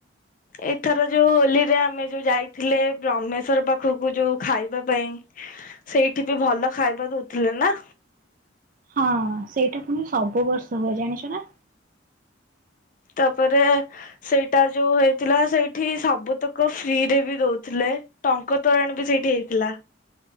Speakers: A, on the left (about 40°); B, on the right (about 45°).
A: ଏଥର ଯୋଉ ହୋଲିରେ ଆମେ ଯୋଉ ଯାଇଥିଲେ ବ୍ରହ୍ମେଶ୍ଵର ପାଖକୁ ଯୋଉ ଖାଇବା ପାଇଁ ସେଇଠି ବି ଭଲ ଖାଇବା ଦଉଥିଲେ ନା।
B: ହଁ ସେଇଟା ପୁଣି ସବୁ ବର୍ଷ ହୁଏ ଜାଣିଛ ନା।
A: ତାପରେ ସେଇଟା ଯୋଉ ହେଇଥିଲା ସେଇଠି ସବୁତକ ଫ୍ରିରେ ବି ଦଉଥିଲେ ଡଙ୍କ ତୋରାଣ ବି ସେଇଠି ହେଇଥିଲା।